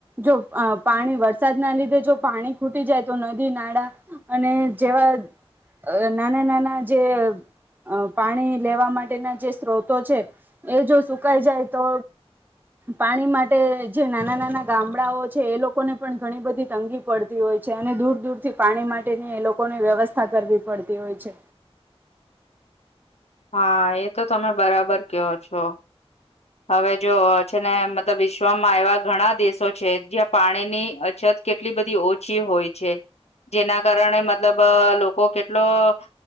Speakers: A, on the right; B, on the left.
A: જો પાણી વરસાદ ના લીધે જો પાણી ખૂટી જાય તો નદી નાળા અને જેવા નાના નાના જે અ પાણી લેવા માટેના જે સ્ત્રોતો છે, એ જો સુકાઈ જાય તો પાણી માટે જે નાના નાના ગામડાઓ છે, એ લોકોને પણ ઘણી બધી તંગી પડતી હોય. છે અને દૂર દૂરથી પાણી માટે ની લોકોની વ્યવસ્થા કરવી પડતી હોય છે.
B: હા એ તો તમે બરાબર કયો છો હવે જો છે ને મતલબ વિ શ્માં એવા ઘણા દેશો છે, જ્યાં પાણી ની અછત કેટલી બધી ઓછી હોય છે. જેના કારણે મતલબ અ લો કો કેટલો